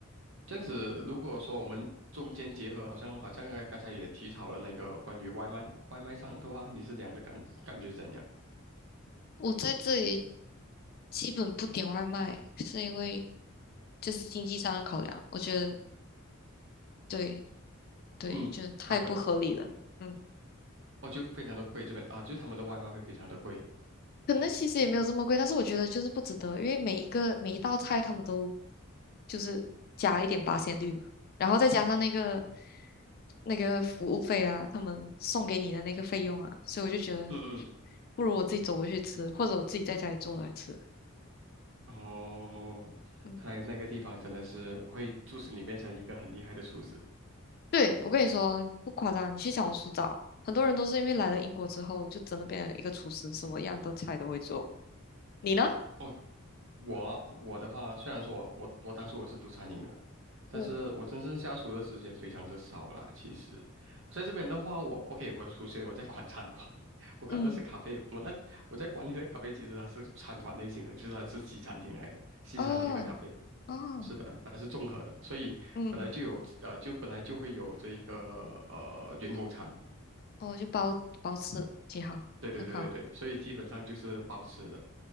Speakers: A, on the right; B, on the left.
A: 这样子如果说我们中间结合，好像好像刚才也提到了那个关于外卖外卖上的话，你是怎样的感感觉怎样？
B: 我在这里基本不点外卖，是因为就是经济上的考量，我觉得对对，
A: 嗯，
B: 就太不合理了。
A: 好的。
B: 嗯。
A: 哦，就非常的贵这边啊，就他们的外卖会非常的贵。
B: 可能其实也没有这么贵，但是我觉得就是不值得，因为每一个每一道菜他们都就是加一点八仙绿嘛，然后再加上那个那个服务费啊，他们送给你的那个费用啊，所以我就觉得
A: 嗯
B: 不如我自己走过去吃，或者我自己在家里做来吃。
A: 嗯，哦，
B: 嗯，
A: 看来那个地方真的是会促使你变成一个很厉害的厨师。
B: 对，我跟你说不夸张，你去小红书找，很多人都是因为来了英国之后就真的变成一个厨师，什么样的菜都会做。你呢？
A: 哦，我我的话，虽然说我我我当初我是读餐饮的，但是我真正下厨的时间非常的少啦。
B: 嗯，
A: 其实我在这边的话，我 OK，我首先我在管餐馆，<laughs> 我管的是咖啡，
B: 嗯，
A: 我那我在管理的咖啡其实它是餐馆类型的，就是它是西餐厅来的，西餐厅的咖啡。
B: 哦哦，
A: 是的，还是综合的，所以本来就有呃，
B: 嗯。
A: 就本来就会有这一个呃员工餐，
B: 哦，就包包吃挺好，
A: 对对对对对，
B: 很好。
A: 所以基本上就是包吃的，